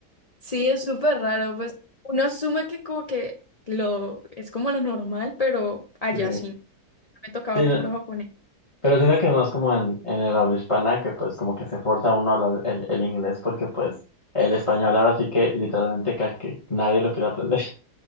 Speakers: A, on the left; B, on the left.
A: Sí, es súper raro, pues uno asume que como que lo es como lo normal, pero allá
B: sí,
A: sí, me tocaba
B: sí, no,
A: puro japonés.
B: pero siento que es más como en, en el habla hispana que pues como que se forza uno a hablar el, el inglés porque pues el español ahora sí que literalmente ca- que nadie lo quiere aprender.